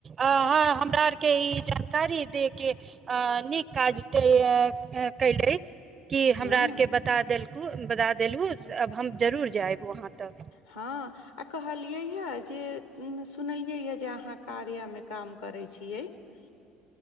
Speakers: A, on the right; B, on the left.
A: आ हमरा आरके ई जानकारी दे के। अ निक काज कहिल। क हमरा
B: हूँ
A: आरके बता देलकू बता देलहु आब हम जरूर जायब वहाँ तक।
B: हँ आ कहलियै हेअछि जे सुनलियै आय जे अहाँ कार्यमे काम करैत छियैक